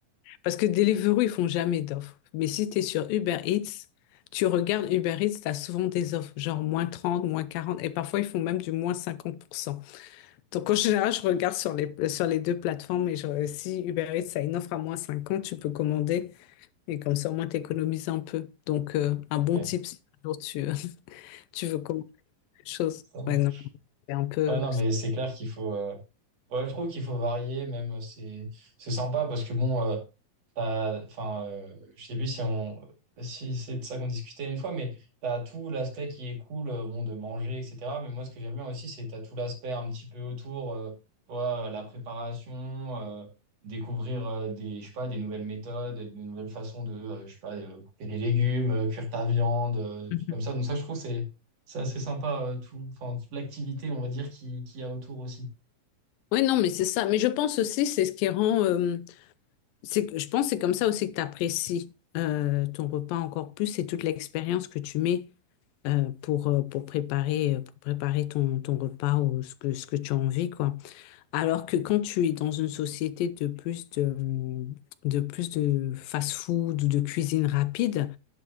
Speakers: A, on the left; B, on the right.
A: parce que Deliveroo, ils font jamais d'offres. Mais si tu es sur Uber Eats, tu regardes Uber Eats, tu as souvent des offres, genre moins 30 moins 40 et parfois ils font même du moins cinquante pour cent Donc en général, je regarde sur les, sur les deux plateformes, et genre, si Uber Eats a une offre à moins 50 tu peux commander, et comme ça au moins tu économises un peu. Donc euh, un bon
B: Ok,
A: tip, si un jour tu, <laughs> tu veux commander quelque chose.
B: ça marche.
A: Ouais, non, c'est un peu...
B: Ouais, non, mais c'est clair qu'il faut. euh, Ouais, je trouve qu'il faut varier, même euh, c'est c'est sympa parce que bon, euh, T'as- Enfin, euh, je sais plus si on, si c'est de ça qu'on discutait une fois, mais t'as tout l'aspect qui est cool, euh, bon, de manger, etc. Mais moi, ce que j'aime bien aussi, c'est t'as tout l'aspect un petit peu autour, euh, tu vois, euh, la préparation, euh, découvrir euh, des, je sais pas, des nouvelles méthodes, des nouvelles façons de, euh, je sais pas, euh, couper les légumes, euh, cuire ta viande, euh, des
A: Mhm.
B: trucs comme ça. Donc ça, je trouve, c'est, c'est assez sympa, euh, tout, enfin, toute l'activité, on va dire, qui, qu'il y a autour aussi.
A: Oui, non, mais c'est ça. Mais je pense aussi, c'est ce qui rend, euh, C'est, que- je pense que c'est comme ça aussi que tu apprécies ton repas encore plus et toute l'expérience que tu mets euh, pour, euh, pour préparer, euh, pour préparer ton, ton repas ou ce que, ce que tu as envie, quoi. Alors que quand tu es dans une société de plus de, hum, de plus de fast-food ou de cuisine rapide,